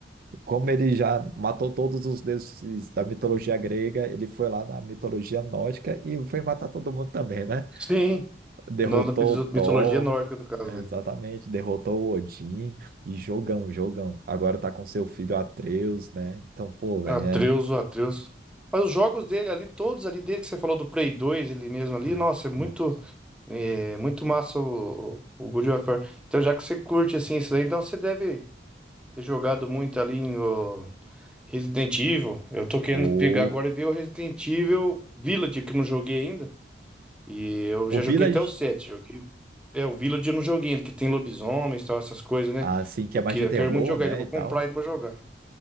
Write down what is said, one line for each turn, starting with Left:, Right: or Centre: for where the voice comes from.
Right: como ele já matou todos os deuses da mitologia grega, ele foi lá na mitologia nórdica e foi matar todo mundo também, né?
Centre: Sim.
Right: Derrotou
Centre: Não da mito-
Right: o Thor,
Centre: mitologia nórdica, no caso,
Right: é, exatamente, derrotou o Odin e jogão, jogão. Agora tá com seu filho Atreus, né? Então, pô, velho,
Centre: Atreus,
Right: é.
Centre: o Atreus. Mas os jogos dele ali, todos ali desde que você falou do Play 2 ele mesmo ali,
Right: é,
Centre: nossa, é muito,
Right: não.
Centre: é, muito massa o, o, o God of War. Então, já que você curte assim isso daí, então você deve ter jogado muito ali no Resident Evil. Eu tô querendo
Right: O,
Centre: pegar agora e ver o Resident Evil Village, que eu não joguei ainda. E eu já
Right: o Village,
Centre: joguei até o 7, joguei. É, o Village eu não joguei ainda, que tem lobisomens e tal, essas coisas, né?
Right: assim, que
Centre: Eu,
Right: é mais
Centre: que-
Right: de
Centre: eu
Right: terror,
Centre: quero muito jogar
Right: né,
Centre: ele, eu vou
Right: e
Centre: comprar
Right: tal.
Centre: ele pra jogar.